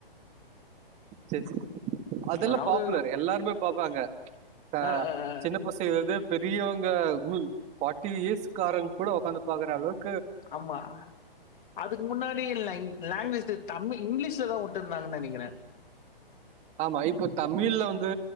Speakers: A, on the right (about 25°); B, on the left (about 60°).
A: செரி செ அதெல்லா
B: அ அவரு
A: பாப்புலர் எல்லாருமே பாப்பாங்க ஆஹ்
B: அ அ அ
A: சின்ன பசங்க லெந்து பெரியவங்க பார்டி இயர்ஸ்காரங்க கூட உக்காந்து பாக்குறஅளவுக்கு
B: ஆமா அதுக்கு முன்னாடி லாங் லாங்குவேஜ்ஜில தமிழ் இங்கிலீஷ்ல தா விட்டு இருந்தாங்கன்னு நெனைக்கிறே
A: ஆமா இப்போ தமிழ்ல வந்து